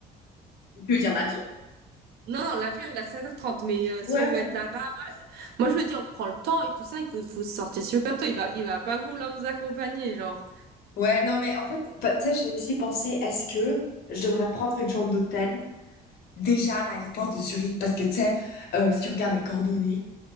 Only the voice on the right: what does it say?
Non, non, l'avion, il est à 7h30, mais euh, si
on
veut être là-bas, moi, je me dis, on prend le temps et tout ça, il faut, faut sortir super tôt. Il va, il va pas vouloir nous accompagner, genre.